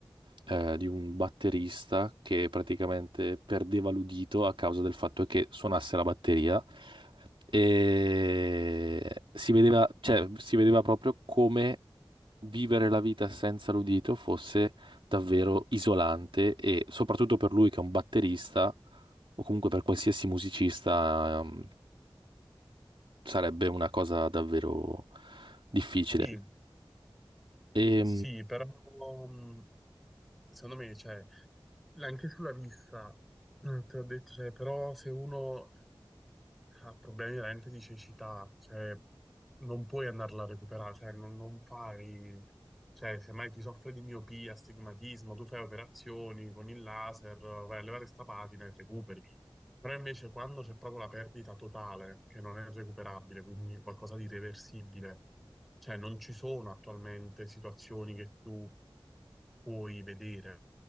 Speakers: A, on the right; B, in the centre.
A: eh, di un batterista che praticamente perdeva l'udito a causa del fatto che suonasse la batteria. E si vedeva, cioè, si vedeva proprio come vivere la vita senza l'udito fosse davvero isolante e soprattutto per lui che è un batterista o comunque per qualsiasi musicista ehm, sarebbe una cosa davvero difficile.
B: Sì,
A: E,
B: sì, però mm, Secondo me, cioè, anche sulla vista, eh, te l'ho detto, cioè, però se uno ha problemi veramente di cecità, cioè non puoi andarla a recuperare, cioè non, non fai, cioè semmai chi soffre di miopia, astigmatismo, tu fai operazioni con il laser, vai a levare sta patina e recuperi. Però invece quando c'è proprio la perdita totale, che non è recuperabile, quindi qualcosa di irreversibile, cioè non ci sono attualmente situazioni che tu puoi vedere.